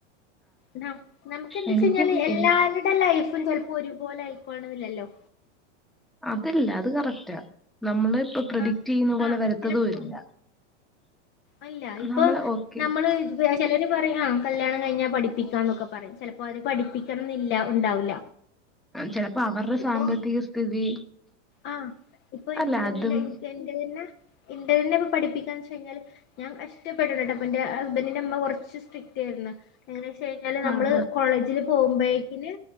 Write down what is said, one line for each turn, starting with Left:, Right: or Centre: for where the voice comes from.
Left: ന നമുക്ക് എന്തച്ച
Centre: എനിക്ക്
Left: കഴിഞ്ഞാല് എല്ലാരുടെ
Centre: എനി
Left: ലൈഫും ചെലപ്പോ ഒരുപോലെ ആയിക്കോണന്നില്ലല്ലോ?
Centre: അതില്ല അത് കറക്റ്റാ നമ്മള് ഇപ്പൊ പ്രഡിക്റ്റ്
Left: ആഹ്
Centre: ചെയ്യുന്ന പോലെ
Left: ആഹ്
Centre: വരുത്തതും
Left: ചിലപ്പോ
Centre: ഇല്ല.
Left: അല്ല ഇപ്പൊ
Centre: നമ്മള് ഓക്കെ
Left: നമ്മള് ചെലര് പറയും ആഹ് കല്യാണം കഴിഞ്ഞാ പഠിപ്പിക്കാന്നൊക്കെ പറയും ചെലപ്പോ അവര് പഠിപ്പിക്കണംന്നില്ല ഉണ്ടാവില്ല.
Centre: ചെലപ്പം അവരുടെ
Left: ഇപ്പൊ
Centre: സാമ്പത്തിക സ്ഥിതി
Left: ആഹ് ഇപ്പൊ
Centre: അല്ല
Left: എനിക്ക്
Centre: അതും
Left: ന്നെ എനിക്ക് എന്റെതന്നെ ഇന്റെതന്നെ ഇപ്പം പഠിപ്പിക്കാന്ന് വച്ച് കഴിഞ്ഞാല്. ഞാൻ കഷ്ടപ്പെട്ട്ട്ടോ അപ്പന്റെ ഹസ്ബൻറിന്റെ ഇമ്മ കൊറച്ച് സ്ട്രിക്റ്റ് എയിരിന്ന് എങ്ങനെ വെച്ചഴിഞ്ഞാല് നമ്മള്
Centre: ആഹാ
Left: കോളേജില് പോകുമ്പോഴേക്കിന്